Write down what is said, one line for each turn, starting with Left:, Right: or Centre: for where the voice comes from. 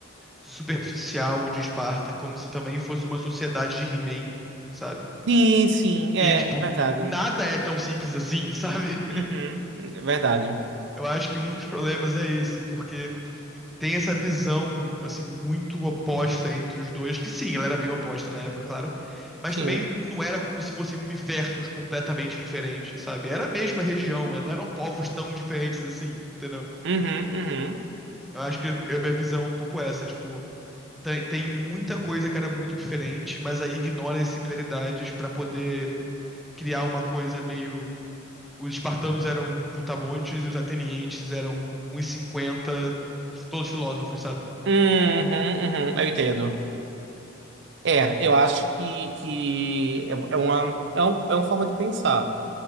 Centre: superficial de Esparta, como se também fosse uma sociedade de He-Man, sabe?
Right: Sim, sim, é
Centre: E, tipo,
Right: verdade.
Centre: nada é tão simples assim, <laughs> sabe?
Right: Uhum, é verdade.
Centre: Eu acho que um dos problemas é esse, porque tem essa visão, assim, muito oposta entre os dois, que sim, ela era bem oposta na época, claro, mas
Right: Sim.
Centre: também não era como se fossem universos completamente diferentes, sabe? Era a mesma região, não eram povos tão diferentes assim, entendeu?
Right: Uhum, uhum.
Centre: Eu acho que a minha visão é um pouco essa, tipo, Tem, tem muita coisa que era muito diferente, mas aí ignora as similaridades pra poder criar uma coisa meio. Os espartanos eram brutamontes e os atenienses eram uns cinquenta todos filósofos, sabe?
Right: Uhum, uhum, uhum. eu entendo. É, eu acho que, que é, é uma, é, um- é uma forma de pensar,